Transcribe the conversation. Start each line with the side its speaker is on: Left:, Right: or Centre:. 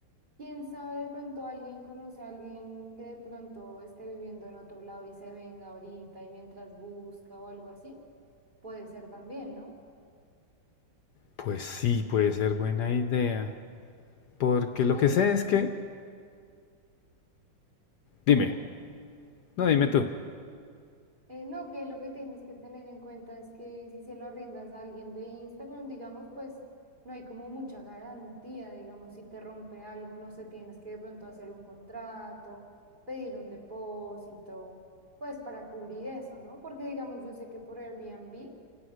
Right: ¿Quién sabe de pronto alguien conoce a alguien que de pronto esté viviendo en otro lado y se venga ahorita y mientras busca o algo así? Puede ser también, ¿no?
Left: Pues sí, puede ser buena idea. Porque lo
Right: Ay,
Left: que sé es que... Dime,
Right: dime.
Left: no dime tú.
Right: Eh, no, que lo que tienes que tener en cuenta es que si se lo arriendas a alguien de Instagram, digamos, pues no hay como mucha garantía, digamos, si te rompe algo, no sé, tienes que de pronto hacer un contrato, pedir un depósito, pues para cubrir eso, ¿no? Porque digamos, yo sé que por Airbnb